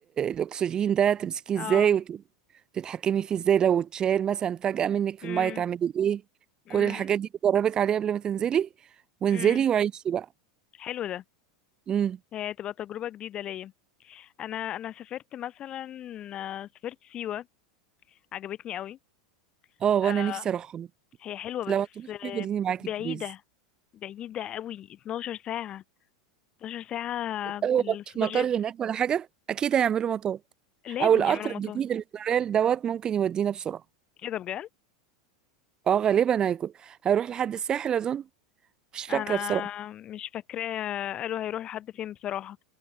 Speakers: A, on the right (about 25°); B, on the left (about 35°).
A: الاكسجين ده تمسكيه
B: اه
A: ازاي وتتحكمي فيه ازاي لو اتشال مثلا فجاه منك في
B: امم
A: الميه تعملي ايه
B: امم
A: كل الحاجات دي بتدربك عليها قبل ما تنزلي وانزلي
B: امم
A: وعيشي بقى
B: حلو ده
A: امم
B: هي تبقى تجربة جديدة ليا انا انا سافرت مثلا آه، سافرت سيوة عجبتني قوي
A: اه وانا
B: آه
A: نفسي اروح
B: هي حلوة
A: لو
B: بس
A: هتروحي
B: آه،
A: خديني معاكي
B: بعيدة
A: بليز
B: بعيدة قوي 12 ساعة 12 ساعة
A: أول
B: بالسوبر
A: ما مفيش مطار
B: جيت
A: هناك ولا حاجة أكيد هيعملوا مطار
B: لازم
A: أو القطر
B: يعملوا مطاهي
A: الجديد اللي طالع دوت ممكن يودينا بسرعة
B: ايه ده بجد
A: اه غالبا هيكون هيروح لحد الساحل اظن مش فاكره
B: انا
A: بصراحه
B: مش فاكراه قالوا هيروحوا لحد فين بصراحة